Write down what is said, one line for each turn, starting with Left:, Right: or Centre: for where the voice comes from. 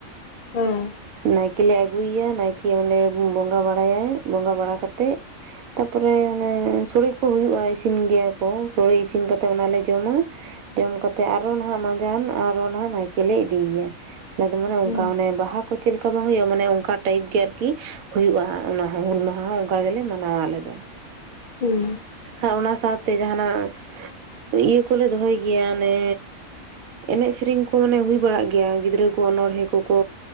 Left: ᱦᱮᱸ
Right: ᱱᱟᱭ ᱱᱟᱭᱠᱮ ᱟᱹᱜᱩᱭᱮᱭᱟ ᱱᱟᱭᱠᱮ ᱚᱸᱰᱮ ᱵᱚᱸᱜᱟ ᱵᱟᱲᱟᱭᱟᱭ ᱵᱚᱸᱜᱟ ᱵᱟᱲᱟ ᱠᱟᱛᱮᱫ ᱛᱟᱯᱚᱨᱮ ᱚᱱᱮ ᱥᱚᱲᱮ ᱠᱚ ᱦᱩᱭᱩᱜᱼᱟ ᱤᱥᱤᱱ ᱜᱮᱭᱟ ᱠᱚ ᱥᱚᱲᱮ ᱤᱥᱤᱱ ᱤᱥᱤᱱ ᱠᱟᱛᱮ ᱚᱱᱟᱞᱮ ᱡᱚᱢᱟ ᱡᱚᱢ ᱠᱟᱛᱮ ᱟᱨᱚ ᱱᱟᱦᱟᱜ ᱢᱟᱟᱸᱡᱟᱱ ᱟᱨᱚ ᱱᱟᱦᱟᱜ ᱱᱟᱭᱠᱮᱞ ᱞᱮ ᱤᱫᱤᱭᱮᱭᱟ ᱟᱫᱚ ᱢᱟᱱᱮ ᱚᱱᱠᱟ
Left: ᱦᱩᱸ
Right: ᱚᱱᱮ ᱵᱟᱦᱟ ᱠᱚ ᱪᱮᱫ ᱞᱮᱠᱟ ᱵᱟᱝ ᱦᱩᱭᱩᱜᱼᱟ ᱢᱟᱱᱮ ᱚᱱᱠᱟ ᱴᱟᱭᱤᱯ ᱜᱮ ᱟᱨᱠᱤ ᱦᱩᱭᱩᱜᱼᱟ ᱚᱱᱟ ᱦᱩᱞ ᱢᱟᱦᱟ ᱦᱚᱸ ᱚᱱᱠᱟ ᱜᱮᱞᱮ ᱢᱟᱱᱟᱣᱟ ᱟᱞᱮ ᱫᱚ
Left: ᱦᱩᱸ
Right: ᱟᱨ ᱚᱱᱟ ᱥᱟᱶᱛᱮ ᱡᱟᱦᱟᱱᱟᱜ ᱤᱭᱟᱹ ᱠᱚᱞᱮ ᱫᱚᱦᱚᱭ ᱜᱮᱭᱟ ᱚᱱᱮ ᱮᱱᱮᱡ ᱥᱮᱨᱮᱧ ᱠᱚ ᱢᱟᱱᱮ ᱦᱩᱭ ᱵᱟᱲᱟᱜ ᱜᱮᱭᱟ ᱜᱤᱫᱽᱨᱟᱹ ᱠᱚ ᱚᱱᱚᱚᱲᱦᱮᱸ ᱠᱚᱠᱚ